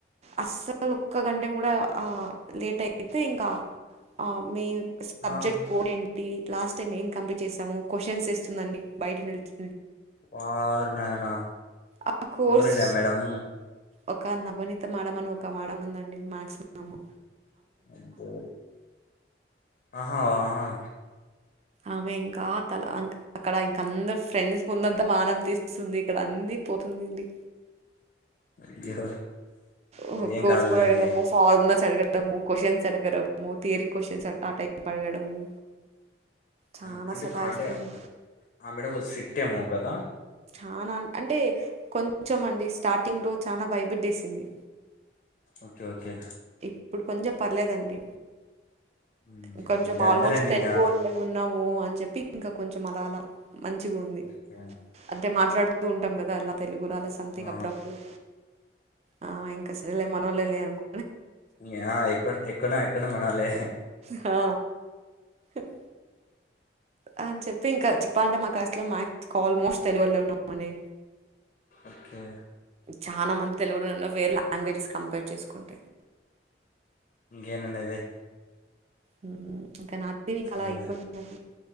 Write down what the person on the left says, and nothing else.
ఆ
వార్ నాయనా
ఎవరండి ఆ మేడం.
అబ్బో ఆహా ఆ.
అయ్యో
ఏం
కాదులేండి
అన్ అంటే
కాంటే అన్ ఆ మేడం స్టిర్ట్ ఏమో కదా.
Okay okay.
ఉమ్,
అంటే
అంతేలేండి
ఇంగ
ఓకే
ఆ
ఎక్క ఆ ఎక్కడ ఎక్కడ మనోళ్లే
ఓకే
ఇంకెందండి ఐతే
సరే